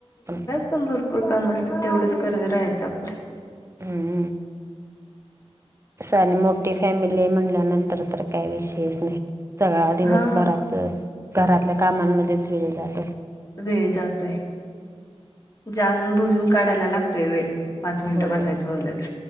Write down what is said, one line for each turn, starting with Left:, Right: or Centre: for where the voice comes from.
Right: पण
Left: एकण भरपूर काम असतं तेवढंच करत राहायचं आपलं
Right: हम् अस आणि मोठी फॅमिली आहे म्हणल्यानंतर तर काय विषयच नाही सगळा दिवसभरात
Left: हा
Right: घरातल्या कामांमध्येच वेळ जात असे
Left: वेळ जातोय जाणून बुजून काढायला लागतोय वेळ पाच मिनटं
Right: होय
Left: बसायचं म्हटलं तर